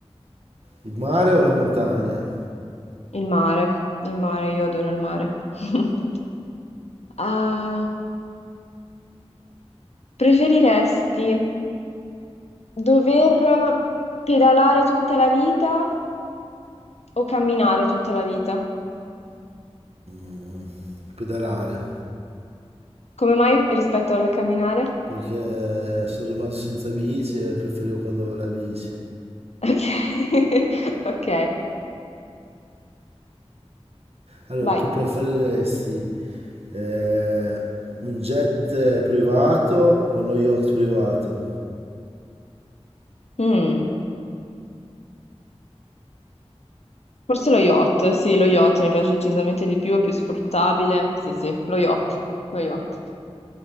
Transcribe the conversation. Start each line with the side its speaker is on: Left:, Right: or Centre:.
Right: il mare o la montagna?
Left: Il mare, il mare, io adoro il mare. <laughs> Ah, preferiresti dover pedalare tutta la vita o camminare tutta la vita?
Right: Mm, Pedalare,
Left: Come mai rispetto al camminare?
Right: perché sono rimasto senza bici e preferivo quando avevo la bici.
Left: Ok, <laughs> ok,
Right: Allora,
Left: vai.
Right: tu preferiresti eh, un jet privato o uno yacht privato?
Left: Mm, Forse lo yacht, sì, lo yacht mi piace decisamente di più, è più sfruttabile. Sì, sì, lo yacht, lo yacht.